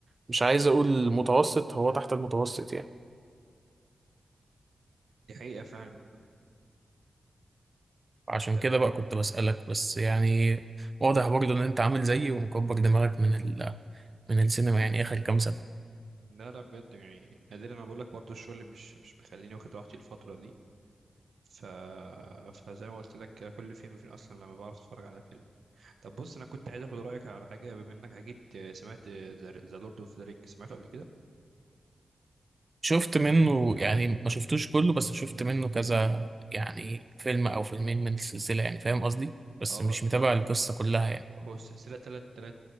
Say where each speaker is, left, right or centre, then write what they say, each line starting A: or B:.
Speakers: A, on the right; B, on the right.
A: مش عايز أقول متوسط هو تحت المتوسط يعني
B: دي حقيقه فعلا
A: عشان
B: طب
A: كده بقى كنت بسألك بس يعني واضح برضه إن أنت عامل زيي ومكبر دماغك من ال من السينما يعني آخر كام سنة
B: لا لا بجد يعني نادرا انا بقول لك برضه الشغل مش مش مخليني واخد راحتي الفتره دي ف... فزي ما قلت لك كده كل فين وفين اصلا لما بعرف اتفرج على فيلم طب بص انا كنت عايز اخد رايك على حاجه بما انك اكيد سمعت ذا لورد اوف ذا رينج سمعته قبل كده
A: شفت منه يعني ما شفتوش كله بس شفت منه كذا يعني فيلم او فيلمين من السلسله يعني فاهم قصدي بس
B: اه
A: مش
B: هو
A: متابع
B: هو
A: القصه كلها يعني
B: هو السلسله تلات تلات